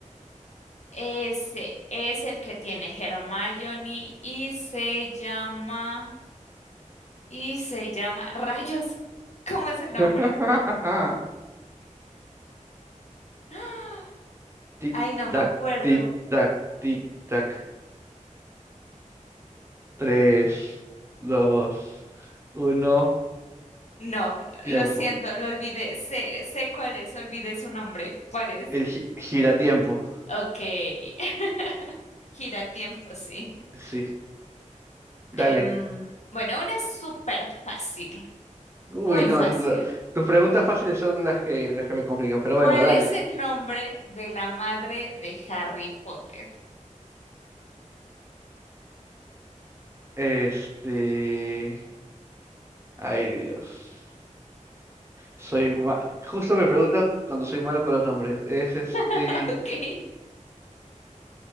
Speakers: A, on the left; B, on the right.
A: Ese es el que tiene Hermione y se llama. Y se llama. Rayos. ¿Cómo es el nombre?
B: <laughs>
A: ¡Ah!
B: Tic,
A: Ay, no me
B: tac,
A: acuerdo.
B: tic, tac, tic, tac. Tres, dos, uno,
A: No,
B: tiempo.
A: lo siento, lo olvidé. Sé, sé cuál es, olvidé su nombre. ¿Cuál es?
B: El gi- giratiempo.
A: Ok. <laughs> Gira tiempo, sí.
B: Sí, dale.
A: Em, bueno, una es súper fácil.
B: Uy,
A: Muy
B: no,
A: fácil.
B: la- tus preguntas fáciles son las que, las que me complican, pero
A: ¿Cuál
B: bueno, dale.
A: es el nombre de la madre de Harry Potter?
B: Este... Ay, Dios. Soy ma- Justo me preguntas cuando soy malo con los nombres. Es este...
A: <laughs> Ok.